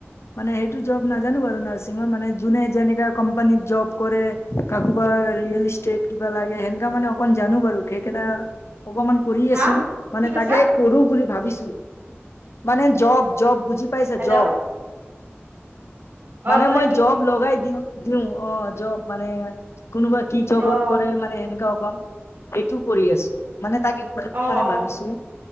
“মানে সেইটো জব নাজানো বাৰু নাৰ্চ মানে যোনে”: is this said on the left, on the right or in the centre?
Left